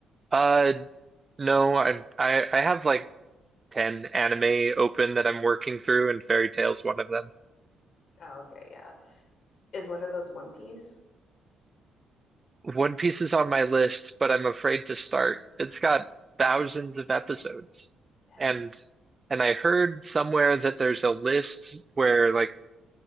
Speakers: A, on the right; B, on the left.
A: Uh, no, I I I have like 10 anime open that I'm working through, and Fairy Tail's one of them.
B: Oh, okay. Yeah. is one of those One Piece.
A: One Piece is on my list, but I'm afraid to start. It's got thousands of episodes.
B: Yes.
A: And and I heard somewhere that there's a list where like